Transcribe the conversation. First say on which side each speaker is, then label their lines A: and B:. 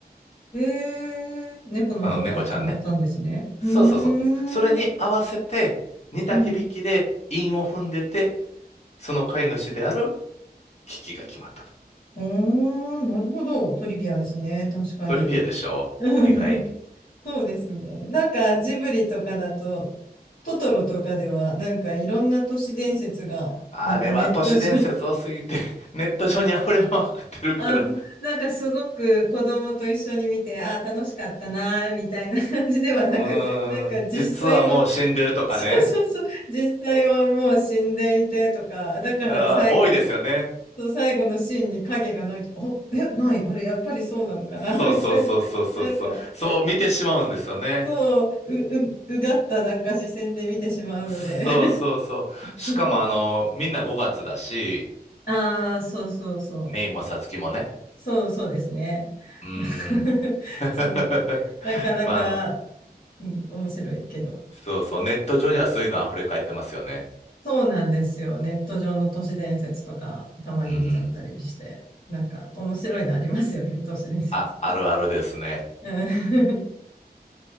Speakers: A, on the left; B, on the left.
A: へえ、猫の方から決まったんですね。
B: あの、猫ちゃんね。そうそうそう。
A: うーん、
B: それに合わせて、似た響きで韻を踏んでて、
A: うん。
B: その飼い主であるキキが決まったと。
A: おー、なるほど。トリビアですね。確かに。
B: トリビアでしょ意外に。
A: うん、そうですね。なんかジブリとかだと、トトロとかでは、なんかいろんな都市伝説が、
B: あれは都市伝説多すぎて、
A: なんかネット上
B: ネット上に溢れまくってるから
A: あ、なんかすごく子供と一緒に見て、ああ、楽しかったなー、みたいな感じではなく、
B: うーん、
A: なんか実際は、
B: 実はもう死んでるとかね。
A: <laughs> そうそうそう、実際はもう死んでいてとか、だから最後の、
B: あー、多いですよね。
A: そう最後のシーンに影がないとか、お、え、ない、あれ、やっぱりそうなのかな、<laughs>
B: そうそうそうそうそうそう。
A: みたいな。なんか、
B: そう見てしまうんですよね。
A: そう、う、う、うがったなんか視線で見てしまうので。
B: そうそうそう。
A: <laughs>
B: しかもあの、みんな5月だし、
A: ああ、そうそうそう。
B: メイもサツキもね。
A: そうそうですね。
B: うーん。
A: <laughs>
B: <laughs>
A: そう。なかなか、
B: まあ、あの、
A: うん、面白いけど。
B: そうそう。ネット上にはそういうの溢れ返ってますよね。
A: そうなんですよ。ネット上の都市伝説とか、たまに見ちゃったりして。
B: うーん。
A: なんか、面白いのありますよね、都市伝説。
B: あ、あるあるですね。
A: うん。